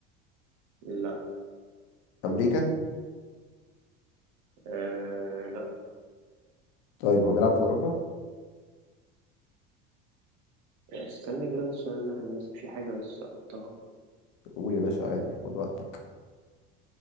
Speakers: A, on the right; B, on the left.
A: لا
B: أمريكا
A: آه لا
B: طيب هو بيلعب في أوروبا
A: استنى كده عشان انا ناسي في حاجة بس سقطتها
B: قول يا باشا عادي خد وقت